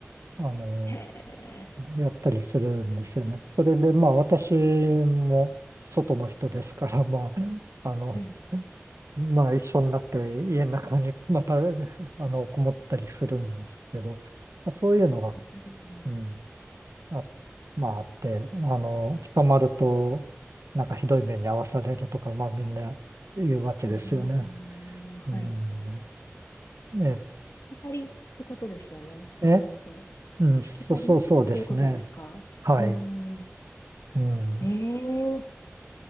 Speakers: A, on the right; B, on the left.
A: あの、
B: へえ。
A: やったりするんですよね。それでまあ私も外の人ですから、まあ、あの、
B: はい。
A: まあ一緒になって家の中に <laughs> また、あの、こもったりするんですけど、まあ、そういうのが、
B: うん、
A: うん、あ、まああって、あの、捕まると、なんかひどい目に遭わされるとか、まあみんな言うわけですよね。
B: おー、
A: うん、
B: はい。
A: え、
B: しきたりってことですよね。
A: え、
B: それって。
A: うん、
B: しきたりっていうことですかうん。
A: そ、そうそうですね。はい。うん。
B: ええ